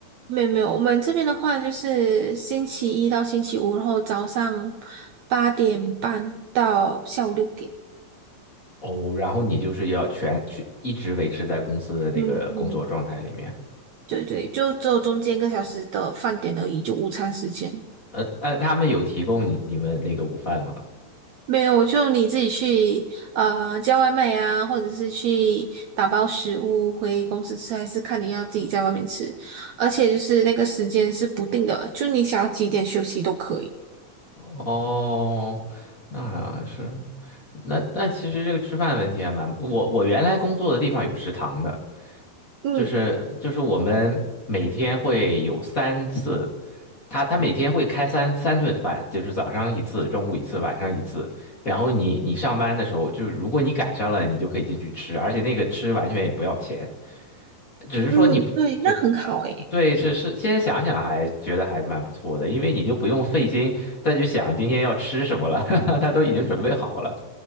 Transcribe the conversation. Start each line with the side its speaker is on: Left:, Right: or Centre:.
Right: 没有没有，我们这边的话就是星期一到星期五，然后早上八点半到下午六点，
Left: 哦，然后你就是要全去一直维持在公司的那个工作状态里面。
Right: 嗯嗯，对对，就只有中间一个小时的饭点而已，就午餐时间。
Left: 呃呃，他们有提供你你们那个午饭吗？
Right: 没有，就你自己去呃叫外卖啊，或者是去打包食物回公司吃，还是看你要自己在外面吃。而且就是那个时间是不定的，就你想要几点休息都可以。
Left: 哦，那是那那其实这个吃饭问题还蛮，我我原来工作的地方有食堂的。
Right: 嗯
Left: 就是就是我们每天会有三次，他他每天会开三三顿饭，就是早上一次，中午一次，晚上一次。然后你你上班的时候，就是如果你赶上了，你就可以进去吃，而且那个吃完全也不要钱，只是说你只
Right: 嗯，对，那很好诶。
Left: 对是是，现在想想还觉得还蛮不错的，因为你就不用费心再去想今天要吃什么了，<laughs> 他都已经准备好了。